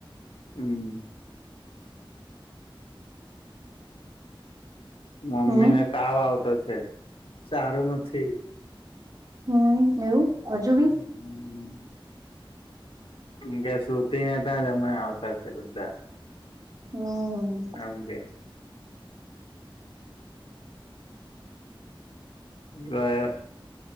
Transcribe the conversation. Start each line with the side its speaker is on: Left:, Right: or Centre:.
Left: હમ્મ મમ્મી
Right: હમ
Left: ને તાવ આવતો છે સારું નથી
Right: હમ્મ એવું
Left: હમ
Right: હજુ બી.
Left: કે સુતીને હતા જ અમે આવતા છે બધા
Right: હમ્મ
Left: એમ કે <unintelligible>